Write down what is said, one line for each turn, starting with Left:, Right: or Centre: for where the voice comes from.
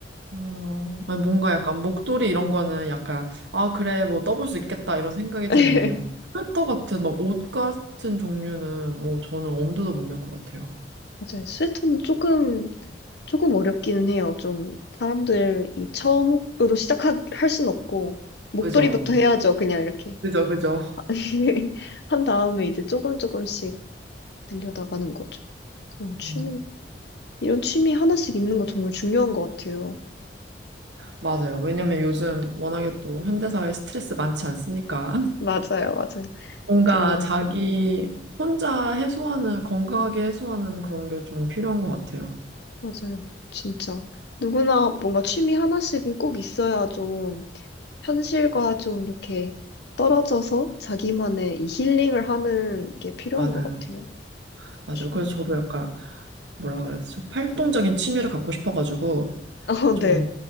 Right: 어, 아니, 뭔가 약간 목도리 이런 거는 약간, 아, 그래, 뭐 떠볼 수 있겠다, 이런 생각이
Left: <laughs>
Right: 드는데, 스웨터 같은, 막 옷 같은 종류는, 어, 저는 엄두도 못 낼 것 같아요.
Left: 맞아요. 스웨터는 조금, 조금 어렵기는 해요. 좀 사람들이 처음으로 시작할 순 없고 목도리부터
Right: 그죠?
Left: 해야죠. 그냥 이렇게.
Right: 그죠, 그죠.
Left: <laughs> 한 다음에 이제 조금 조금씩 늘려나가는 거죠. 저런 취미,
Right: 음.
Left: 이런 취미 하나씩 있는 거 정말 중요한 것 같아요.
Right: 맞아요. 왜냐면 요즘 워낙에 또 현대사회 스트레스 많지 않습니까?
Left: 맞아요, 맞아요.
Right: 뭔가
Left: 정말,
Right: 자기 혼자 해소하는, 건강하게 해소하는 그런 게 좀 필요한 것 같아요.
Left: 맞아요. 진짜. 누구나 뭔가 취미 하나씩은 꼭 있어야 좀 현실과 좀 이렇게 떨어져서 자기만의 이 힐링을 하는 게 필요한
Right: 맞아요.
Left: 것 같아요.
Right: 맞아요.
Left: 취미.
Right: 그래서 저도 약간, 뭐라 그래야 되죠? 활동적인 취미를 갖고 싶어가지고,
Left: <laughs> 어,
Right: 좀
Left: 네.